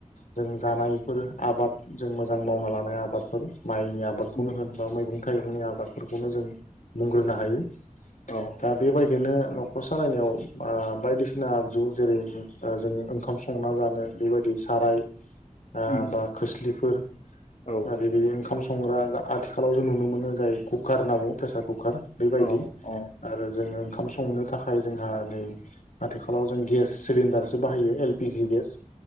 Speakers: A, on the left; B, on the left.
A: जों जानायफोर आबाद जों मोजां मावना लानाय आबादफोर माइनि आबादखौनो
B: उम
A: होन बा मैगं थाइगंनि आबादफोरखौनो जों बुंग्रोनो हायो।
B: औ
A: दा बेबायदिनो न' खर सालायनायाव ओ बायदिसिना आगजु जेरै ओ उम जोंङो ओंखाम संना जानो बेबायदि साराय ओ
B: उम
A: बा खोस्लिफोर
B: औ
A: आरि बे ओंखाम संग्रा आ-आथिखालाव जों नुनो मोनो जाय कुकार होनना बुंङो प्रेसार कुकार बेबायदि
B: औ औ
A: आरो जोङो ओंखाम संनो थाखाय जोंहा नै आथिखालाव जों गेस सिलिनडारसो बाहायो एल पि जि गेस